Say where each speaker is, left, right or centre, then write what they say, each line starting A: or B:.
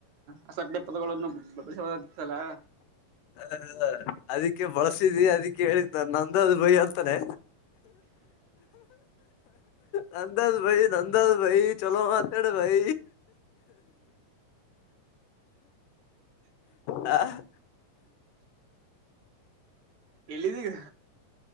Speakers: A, on the right; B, on the left.
A: ಅದೇ ಸತ್ಯ ಪದಗಳನ್ನು ಬಸಲ್ಲ
B: ಹ ಅದಿಕ್ಕೆ ಬಳ್ಸಿದಿ ಅದಿಕ್ಕೆ ಹೇಳಿದ್ ನನ್ ನ ನಂದಾಜ್ ಭೈಿ ಅಂತಾನೆ ನಂದಾಜ ಭೈಿ ನಂದಾಜ ಬೈ ಚಲೋ ಆತಡ ಭೈ ಹ
A: ಎಲ್ಲಿದ್ದೀಯಾ